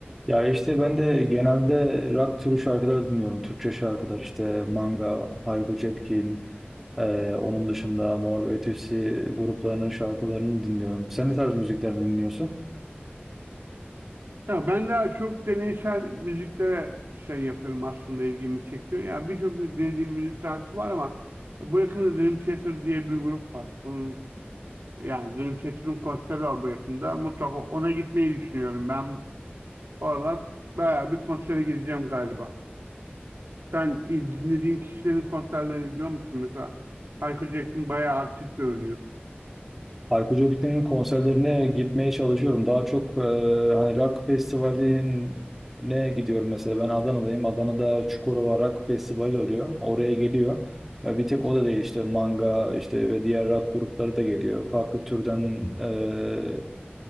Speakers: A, in the centre; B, on the right.
A: Ya işte ben de genelde rock türü şarkılar dinliyorum. Türkçe şarkılar işte Manga, Hayko Cepkin, e, onun dışında Mor ve Ötesi gruplarının şarkılarını dinliyorum. Sen ne tarz müziklerini dinliyorsun?
B: Ya ben daha çok deneysel müziklere şey yapıyorum aslında ilgimi çekiyor. Ya birçok mü- dinlediğim müzik tarzı var ama bu yakında Dream Theater diye bir grup var. Onun yani Dream Theater'ın konseri var bu yakında. Mutlaka ona gitmeyi düşünüyorum. Ben bu aralar bayağı bir konsere gideceğim galiba. Sen il- dinlediğin kişilerin konserlerine gidiyor musun mesela? Hayko Cepkin bayağı aktif görünüyor.
A: Hayko Cepkin'in konserlerine gitmeye çalışıyorum. Daha çok e, hani rock festivaline gidiyorum mesela. Ben Adana'dayım. Adana'da Çukurova Rock Festivali oluyor. Oraya geliyor. Ve bir tek o da değil işte Manga işte ve diğer rock grupları da geliyor. Farklı türden e,